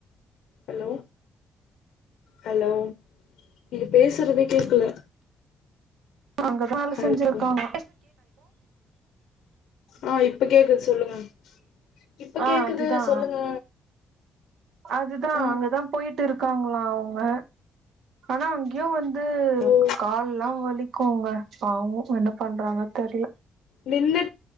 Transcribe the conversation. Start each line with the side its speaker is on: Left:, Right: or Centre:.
Left: ஹலோ ஹலோ நீங்க பேசுறதே கேக்கல
Right: அங்க தா வேல
Left: ஹலோ
Right: செஞ்சிருக்காங்க
Left: ஆ இப்ப கேக்குது சொல்லுங்க இப்ப
Right: ஆ
Left: கேக்குது
Right: அதுதா
Left: சொல்லுங்க
Right: அதுதா
Left: ம்
Right: அங்கதா போயிட்டு இருக்காங்களா அவுங்க ஆனா அங்கேயோ வந் து
Left: ஓ
Right: கால்லா வலிக்குங்க பாவோ என்ன பண்றாங்க தெர்ல
Left: நின்னு